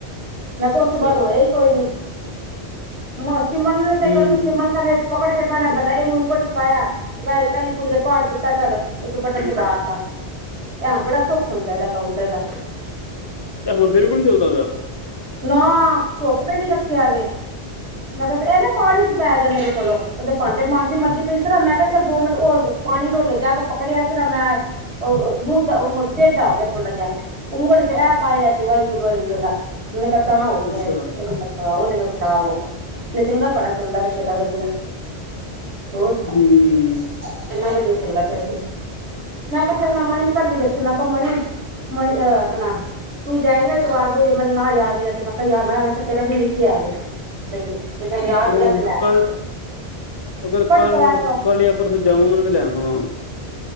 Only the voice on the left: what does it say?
ਅੱਛਾ
ਹੂੰ
ਤੇ ਹੁਣ ਬਿਲਕੁਲ ਨੀ ਚੱਲਦਾ ਪਿਆ
ਅੱਛਾ
ਹੂੰ
ਏ ਕੱਲ-ਕੱਲ
ਅਗਰ
ਕੱਲ-ਕੱਲ
ਪਰਸੋਂ ਜਾਵਾਂਗਾ ਤੇ ਲੈ ਆਵਾਗਾ।